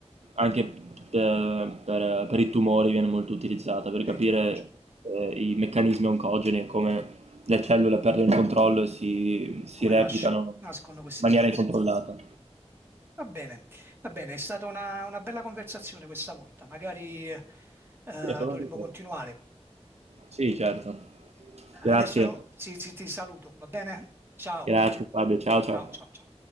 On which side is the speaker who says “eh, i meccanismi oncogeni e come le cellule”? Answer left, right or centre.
Right